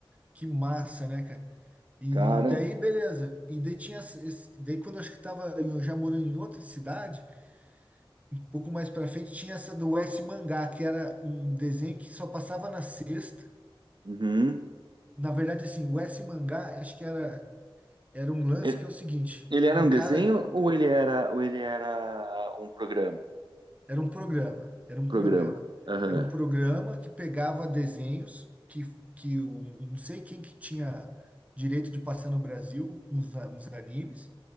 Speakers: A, on the right; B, on the right.
A: que massa, né, cara? E
B: cara.
A: daí, beleza. E daí tinha, essa- esse- daí quando eu acho que tava em- eu já morando em outra cidade, um pouco mais pra frente, tinha essa do S Mangá, que era um desenho que só passava na sexta.
B: Uhum.
A: Na verdade, assim, o S Mangá, acho que era, era um lance
B: Ele,
A: que é o seguinte,
B: ele era
A: um
B: um desenho
A: cara
B: ou ele era, ou ele era um programa?
A: Era um programa, era um
B: programa.
A: programa.
B: Aham.
A: Era um programa que pegava desenhos que, que o- não sei quem que tinha direito de passar no Brasil, uns, a- uns animes,